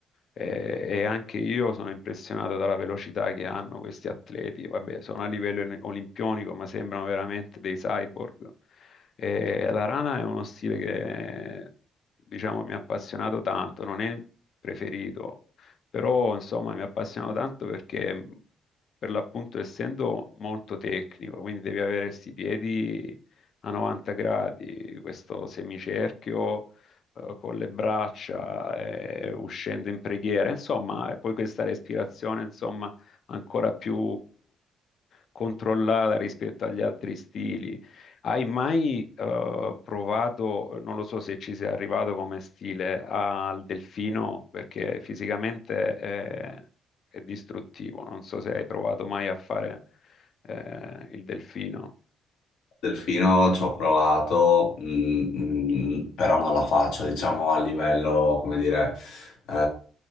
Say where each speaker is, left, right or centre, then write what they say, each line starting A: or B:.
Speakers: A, on the left; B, on the left.
A: Eh, e anche io sono impressionato dalla velocità che hanno questi atleti. Vabbè, sono a livello oli- olimpionico, ma sembrano veramente dei cyborg. Eh, la rana è uno stile che, diciamo, mi ha appassionato tanto, non è il preferito, però insomma mi ha appassionato tanto perché per l'appunto essendo molto tecnico, quindi devi avere questi piedi a 90 gradi, questo semicerchio eh, con le braccia, eh, uscendo in preghiera, insomma, e poi questa respirazione, insomma, ancora più controllata rispetto agli altri stili. Hai mai eh, provato, non lo so se ci sei arrivato come stile, al delfino, perché fisicamente eh, è distruttivo. Non so se hai provato mai a fare eh, il delfino.
B: Delfino ci ho provato, mm, mm, però non la faccio, diciamo, a livello, come dire, eh,